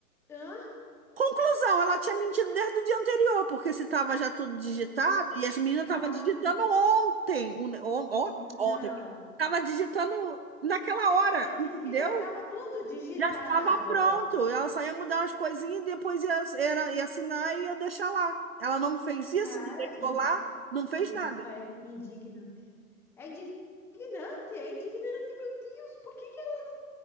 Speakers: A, in the centre; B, on the right.
A: hã?
B: Conclusão, ela tinha mentido desde o dia anterior, porque se estava já tudo digitado,
A: Putz.
B: e as meninas estavam
A: Ah,
B: digitando ontem, um- on- on-
A: não.
B: ontem, estava digitando naquela hora,
A: Ela disse
B: entendeu?
A: que já estava tudo digitado.
B: Já estava pronto, ela só ia mudar umas coisinhas e depois ia, era, ia assinar e ia deixar lá. Ela não fez isso,
A: Cara,
B: não deixou
A: isso,
B: lá, não fez
A: isso
B: nada.
A: é indignante. É indignante, é indignante, meu Deus. Por que que ela